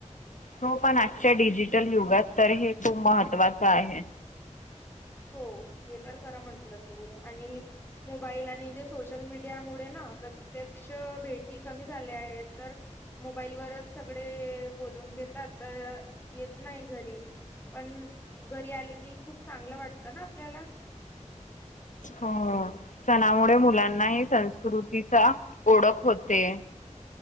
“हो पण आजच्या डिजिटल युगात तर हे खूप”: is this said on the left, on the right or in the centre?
Left